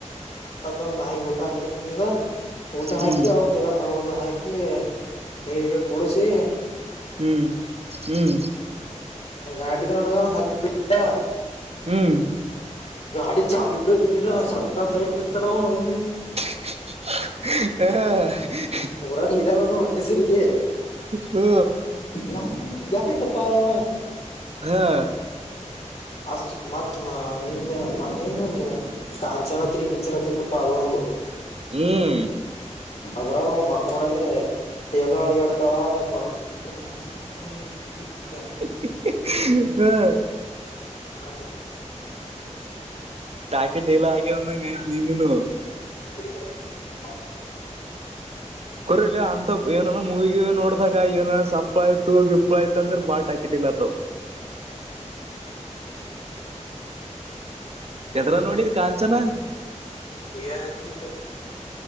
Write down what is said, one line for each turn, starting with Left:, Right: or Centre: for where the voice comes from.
Left: ಅದ್ ನಮ್ ನಾಯಿಗೆ ಊಟ ಹಾಕ್ಲಿಕ್ ಹೋಗದ ಊಟ ಹಾಕಿ
Right: ಹ್ಮ್
Left: ಅವ ಜರ ನ ಹೋದ ಹಾಕಿ ನೀರ್ಗಿರ್ ಕುಡ್ಸಿ
Right: ಹ್ಮ್ ಹ್ಮ್
Left: ಗಾಡಿಗ ನನಗ್ ಒಂದ್ ಹತ್ತ ಫೀಟ್ಗ
Right: ಹ್ಮ್
Left: ಗಾಡಿ ಚಾಲೂ ಇಲ್ಲಾ ಏನಿಲ್ಲ ಸಟ್ಟ ಅಂತ್ ಲೈಟ್ ಬಿತ್ತ ಅಲಾ <unintelligible>
Right: ಹಾ
Left: ಪುರಾ ಡೀಲಾ ನನ್ನುವ್ ಒಂದೇ ಸರಿಗೆ
Right: ಹ್ಮ
Left: ನಂಗ ಜಾಕ ಆಯ್ತಪ್ಪ <unintelligible>
Right: ಹಾ
Left: ಅಷ್ಟ ಮತ್ ನಿನ್ನ ಮೊನ್ನ ಏನ್ ನೀ ಕಾಂಚನತ್ರಿ ಪಿಕ್ಚರ್ ಹತ್ತಿತ್ತಪ್ಪ ಅದು ಒಂದು
Right: ಹ್ಮ್
Left: ಅದ್ರಗು ಮಕ್ಕೊಂಡಲಿ ಎದ್ರಳಿ ಆಡ್ತಾವ ಮಂಚ ಬಿಡ <unintelligible>
Right: ಹ್ಮ
Left: <inaudible>
Right: ಟಾಕೆ ಡೆಲಾ ಆಗ್ಯವ್ ಅಂದ್ ಐತ್ ನಿಂದನು
Left: ರಡಿಲ್ಲ ಹ <unintelligible>
Right: ಕೊರಿ ಅಂತ ಏನನ ಮೂವಿ ಗಿವಿ ನೋಡ್ದಾಗ ಏನ ಸಪ್ಪ ಆಯ್ತು ಗಿಪ್ ಆಯ್ತ ಅಂದ್ರೆ ಬಾ ಟಾಕಿಡಿಲ್ಲತವ್ <inaudible> ಎದ್ರ ನೋಡಿ ಕಾಂಚನ
Left: ಈಗ ಹತಿತ್ತು